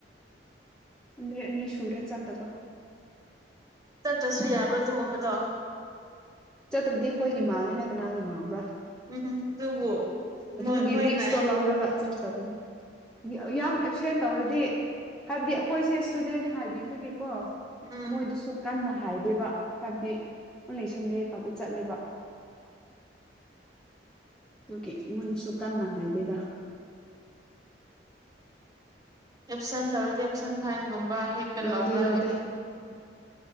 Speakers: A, in the centre; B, on the right.
A: ꯑꯦ ꯅꯁꯨꯨꯨꯔꯦ ꯆ ꯇꯕ
B: ꯆꯠꯁꯨ ꯌꯥꯕ꯭ꯔꯣ ꯑꯗꯨꯒꯨꯝꯕꯗꯣ
A: ꯆꯠꯇ꯭ꯔꯗꯤ ꯑꯩꯈꯣꯏꯒꯤ ꯃꯥꯡꯉꯦꯅ ꯀꯅꯥꯒꯤ ꯃꯥꯡꯕ꯭ꯔꯥ
B: ꯎꯝ ꯑꯗꯨꯕꯨ
A: ꯑꯗꯨꯒꯤ
B: ꯃꯣꯏ ꯃꯣꯏꯅ
A: ꯔꯤꯛꯁꯇꯣ ꯂꯧꯔꯒ ꯆꯗꯕꯅꯤ ꯌꯥꯝ ꯑꯦꯞꯁꯦꯟ ꯇꯧꯔꯗꯤ ꯍꯥꯏꯕꯗꯤ ꯑꯩꯈꯣꯏꯁꯦ ꯏꯁꯇꯨꯗꯦꯟꯅꯦ ꯍꯥꯏꯕꯤꯕꯒꯤ ꯀꯣ
B: ꯎꯝ
A: ꯃꯣꯏꯗꯨꯁꯨ ꯀꯟꯅ ꯍꯥꯏꯗꯦꯕ ꯍꯥꯏꯕꯗꯤ ꯅꯪ ꯂꯩꯁꯟꯗꯦ ꯈꯔꯗ ꯆꯠꯂꯤꯦꯕ ꯑꯗꯨꯒꯤ ꯃꯅꯁꯨ ꯀꯟꯅ ꯍꯥꯏꯗꯣꯏꯗ
B: ꯑꯦꯞꯁꯦꯟ ꯇꯔꯗꯤ ꯑꯦꯞꯁꯦꯟ ꯐꯥꯏꯒ ꯍꯦꯛꯇ
A: ꯂꯧꯗꯦ
B: ꯂꯥꯎꯕ꯭ꯔꯥ
A: ꯂꯧꯗꯦ
B: ꯍꯦꯛꯛꯇ